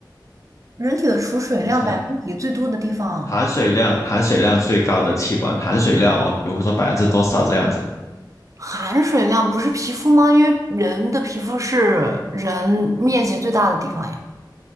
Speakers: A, on the right (about 45°); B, on the left (about 40°).
A: 人体的储水量百分比最多的地方，
B: 你猜含水量含水量最高的器官，含水量哦，比如说百分之多少这样子。
A: 含水量不是皮肤吗？因为人的皮肤是人面积最大的地方呀。